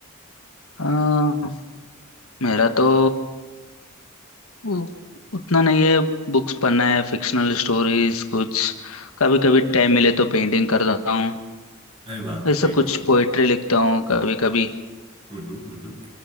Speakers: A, on the left (about 80°); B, on the right (about 25°).
A: हाँ मेरा तो उ- उतना नहीं है बुक्स पढ़ना है फिक्शनल स्टोरीज कुछ कभी कभी टाइम मिले तो पेंटिंग करता हूँ
B: अरे वाह
A: ऐसा
B: ये
A: कुछ
B: तो
A: पोइट्री लिखता हूँ कभी कभी
B: हम्म हम्म हम्म